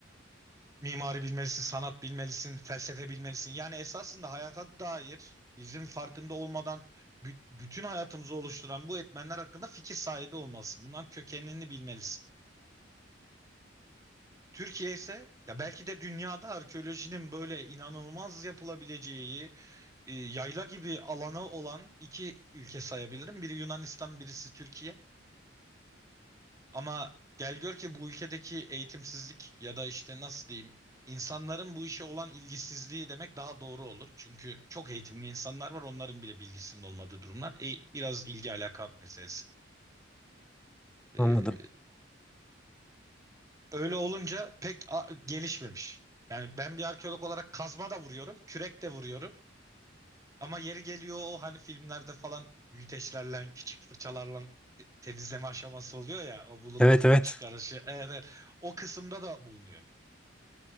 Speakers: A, on the right; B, in the centre.
A: Mimari bilmelisin, sanat bilmelisin, felsefe bilmelisin. Yani esasında hayata dair bizim farkında olmadan bü- bütün hayatımızı oluşturan bu etmenler hakkında fikir sahibi olmalısın. Bunların kökenini bilmelisin. Türkiye ise ya belki de dünyada arkeolojinin böyle inanılmaz yapılabileceği e, yayla gibi alanı olan iki ülke sayabilirim. Biri Yunanistan, birisi Türkiye. Ama gel gör ki bu ülkedeki eğitimsizlik ya da işte nasıl diyeyim insanların bu işe olan ilgisizliği demek daha doğru olur. Çünkü çok eğitimli insanlar var onların bile bilgisinin olmadığı durumlar. E, biraz ilgi alaka meselesi. Ee,
B: Anladım.
A: öyle olunca pek a- gelişmemiş. Yani ben bir arkeolog olarak kazma da vuruyorum, kürek de vuruyorum. Ama yeri geliyor o hani filmlerde falan büyüteçlerle, küçük fırçalarla te- temizleme aşaması oluyor ya o bulutluğunu
B: Evet evet
A: çıkarışı. Evet, evet. O kısımda da bulunuyor.